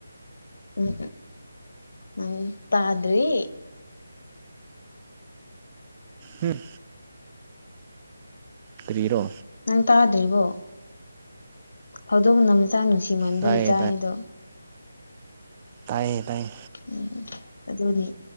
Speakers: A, on the left (about 60°); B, on the right (about 25°).
A: ꯎꯝ ꯎꯝ ꯎ ꯇꯥꯗ꯭ꯔꯤ
B: ꯎꯝ ꯀꯔꯤꯔꯣ
A: ꯅꯪ ꯇꯥꯗ꯭ꯔꯤꯕꯣ ꯑꯗꯨꯝ ꯆꯥ ꯅꯨꯡꯁꯤꯃꯟꯕꯩ
B: ꯇꯥꯏꯌꯦ
A: ꯏꯆꯥ ꯍꯥꯏꯗꯣ
B: ꯇꯥꯏ ꯇꯥꯏꯌꯦ
A: ꯎꯝ ꯑꯗꯨꯅꯤ